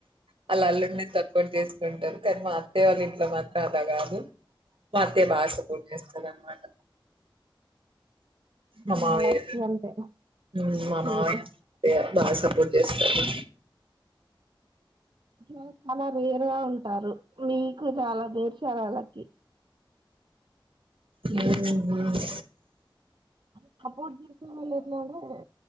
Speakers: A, on the right (about 90°); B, on the right (about 65°).
A: వాళ్ళ అల్లుడిని సపోర్ట్ చేసుకుంటారు కానీ మా అత్తయ్య వాళ్ళ ఇంట్లో మాత్రం అలా కాదు మా అత్తయ్య బాగా సపోర్ట్ చేస్తదన్న మాట మా
B: చాలా
A: మామయ్య
B: లక్కీ అంతే
A: ఉమ్ మామయ్య
B: మీరు
A: ఇక బాగా సపోర్ట్ చేస్తారు
B: అంటే వాళ్ళు వేరుగా ఉంటారు మీకు నాలా బేర్ష వాళ్ళకి
A: మ్మ్ హ్హ్
B: అ సపోర్ట్ చేసే వాళ్ళు ఎట్లాంటే ఎ